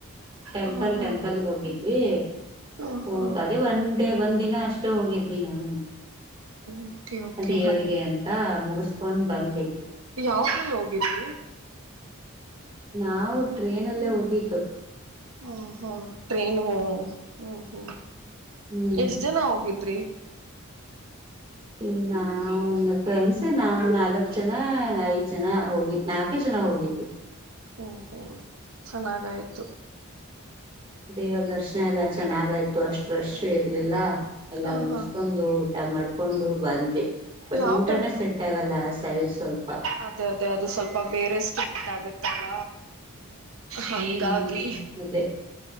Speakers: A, on the right; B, on the right.
A: ಟೆಂಪಲ್
B: ಹಾಂ ಹಾಂ
A: ಟೆಂಪಲ್ಗೆ ಹೋಗಿದ್ವಿ
B: ಹಾಂ
A: ಹೋಗ
B: ಹಾಂ
A: ಅದೇ ಒ ಅತ್ತೇ ಒಂದ್ ದಿನ ಅಷ್ಟು ಹೋಗಿದ್ವಿ ನಾವು
B: ಓಕೆ ಓಕೆ
A: ದೇವರಿಗೆ ಅಂತ ಮುಗಿಸತ ಕೊಂಡ್ ಬಂದಿ
B: ಯಾವದ್ರ ಲೋಗ ಹಗಿದಿ
A: ನಾವು ಟ್ರೇನ್ಲ್ಲೇ ಹೋಗಿದ್ದು
B: ಹ ಹ ಟ್ರೇನು ಹ್ಮ್ ಹ್ಮ್
A: ಹ್ಮ್
B: ಎಷ್ಟ್ ಜನ ಹೋಗಿದ್ರಿ
A: ಈ ನಾವ ಒಂದ ಕಮ್ಸ ನಾವಂದ್ ನಾಲ್ಕ್ ಜನ ಐದ್ ಜನ ಹೋಗಿದ ನಾಲ್ಕು ಜನ ಹೋಗಿದ್ದು
B: ಓಹೋ ಚೆನ್ನಾಗಾಯ್ತು
A: ದೇವದರ್ಶ ಎಲ್ಲ ಚೆನ್ನಾಗಾಯ್ತು ಅಷ್ಟು ರಶ್ ಇರ್ಲಿಲ್ಲ ಎಲ್ಲ
B: ಹ
A: ಮುಗಸ್ಕೊಂಡು
B: ಹಾ
A: ಊಟ ಮಾಡ್ಕ ಕಕೊಂಡು ಬಂದ್ವಿ <unintelligible> ಬಟ್
B: ಯಾವ
A: ಊಟನ
B: ಟೈಮ್
A: ಸೆಟ್ ಆಗಲ್ಲ ಸೈಡ್ ಸ್ವಲ್ಪ
B: ಅದೇ ಅದೇ ಅದು ಸ್ವಲ್ಪ ಬೇರೆಷ್ಟುಗೋತ್ತಾಗತ ತಲ ಹಂಗಾಬಿ
A: ಹ್ಮ್ ಅದೇ